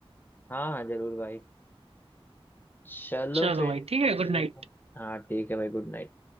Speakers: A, on the left (about 20°); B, on the right (about 90°).
A: हाँ हाँ जरूर भाई चलो
B: चलो
A: फिर
B: भाई ठीक है Good
A: ठीक
B: night
A: है हाँ ठीक है भाई गुड नाइट